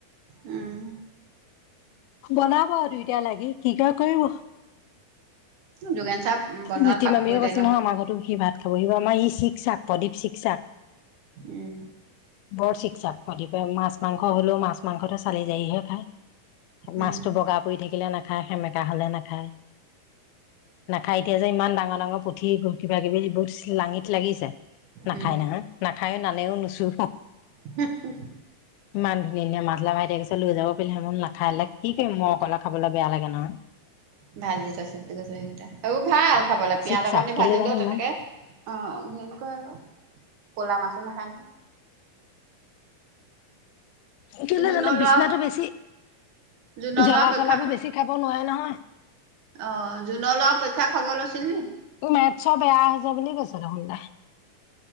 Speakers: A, on the right; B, on the left.
A: উম।
B: বনাব দুইটায়া লাগি কি ক কৰিব।
A: যোগেন চাহ বনোৱাত
B: জ্যোতি
A: পাকৈতে
B: মামিও কৈছে নহয় আমাৰ ঘতো সি ভাত খাব সি আমাৰ ই চিকচাক প্ৰদীপ চিকচাক
A: উম
B: বৰ চিকচাক প্ৰদীপ। মাছ মাংস হ'লেও মাছ মাংসটো চালি যায়হে খায়।
A: উম
B: মাছটো বগা পৰি থাকিলে নাখায় সেমেকে। কা হলে নাখায়। নাখাই এতিয়া যে ইমান ডাঙৰ ডাঙৰ পুঠি গ। কিবা কিবি য বহুত লাঙিত লাগিছে। নাখায়
A: উম
B: নহয় না। খায়ো নানেও নুচো।
A: হু হু।
B: ইমান ধুনীয়া মাতা লগাইছিলো যাব পাৰি হলে না। খাই লে কি কৰিম মই অকলে খাবলৈ বেয়া লাগে নহয়।
A: ভাজি থৈ চব কৈছ সেইকেইটা আৰু ভাল খাবলৈ পিঁয়াজ
B: চিক চাক
A: অকণ দি
B: কেলে
A: ভাজিলোও
B: জানো ইমান
A: তেনেকে অ ঘিনকৰেক ক'লা মাছ। একো নখাই নহয়।
B: সেইটো
A: জোনৰ
B: জানো
A: ল'ৰা
B: বিচনাটো বেছি।
A: জোনৰ
B: জ্বলা
A: ল'ৰা পৰীক্ষা
B: চলাবোৰ বেছি খাব। ক নহয়।
A: অ জুনৰ ল পৰীক্ষা খবৰ লৈছিল নি।
B: ত মেছ বেয়া হৈছে বুলি কৈছ দেখোন তাই।